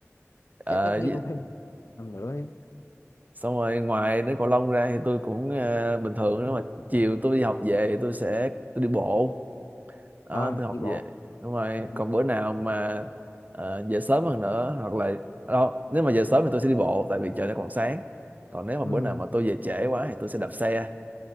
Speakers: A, on the right; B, on the left.
A: Ờ,
B: chắc ít nhất
A: với-
B: cũng phải năm nữa ấy.
A: xong rồi ngoài đến cầu lông ra thì tôi cũng ờ, bình thường nếu mà chiều tôi đi học về thì tôi sẽ tôi đi bộ Đó,
B: ờ
A: tôi học
B: đi bộ
A: về đúng rồi
B: ừ.
A: còn bữa nào mà ờ, về sớm hơn nữa hoặc là đâu nếu mà về sớm thì tôi sẽ đi bộ tại vì trời nó còn sáng còn nếu mà
B: ừ.
A: bữa nào mà tôi về trễ quá thì tôi sẽ đạp xe